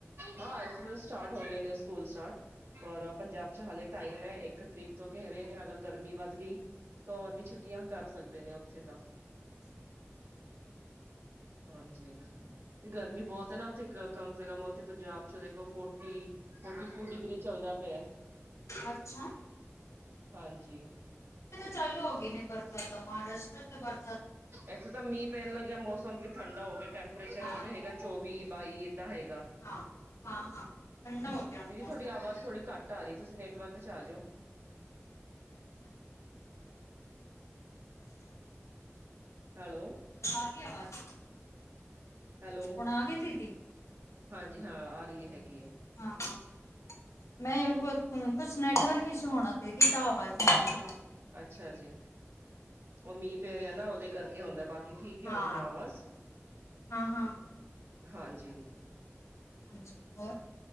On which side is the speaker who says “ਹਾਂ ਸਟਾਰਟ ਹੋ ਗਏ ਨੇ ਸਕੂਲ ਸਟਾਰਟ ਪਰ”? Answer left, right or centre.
Right